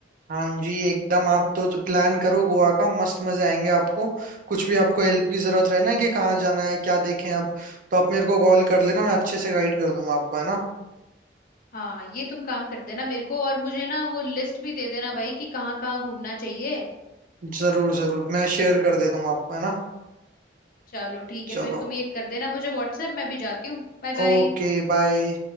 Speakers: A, on the right; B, on the left.
A: हाँ जी एकदम आप तो प्लान करो गोवा का मस्त मजे आएंगे आपको कुछ भी आपको हेल्प की जरूरत रहे ना कि कहाँ जाना है क्या देखें अब तो आप मेरे को कॉल कर लेना मैं अच्छे से गाइड कर दूंगा आपको है ना
B: हाँ ये तुम काम कर देना मेरे को और मुझे ना वो लिस्ट भी दे देना भाई कि कहाँ कहाँ घूमना चाहिए
A: जरूर जरूर मैं शेयर कर दे दूंगा आपको है ना
B: चलो ठीक
A: चलो
B: है फिर तुम ये कर देना मुझे व्हाट्सएप मैं भी जाती हूँ बाय
A: ओके
B: बाय
A: बाय